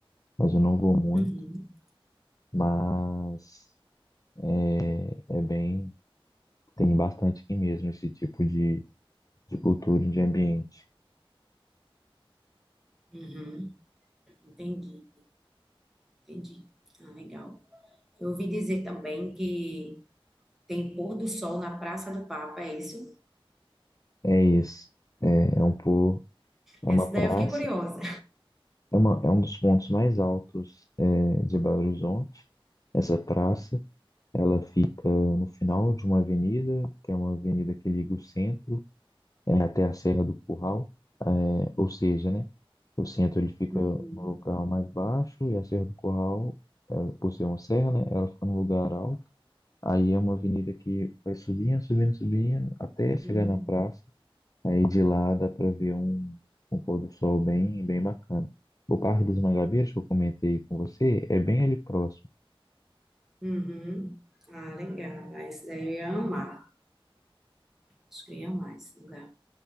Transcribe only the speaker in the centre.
Uhum,
uhum, entendi, entendi. Ah, legal. Eu ouvi dizer também que Tem pôr do sol na Praça do Papa, é isso?
Essa
daí
eu fiquei curiosa.
Uhum,
uhum,
uhum. Ah, legal. Ah, Esse daí eu ia amar. Acho que eu ia amar esse lugar.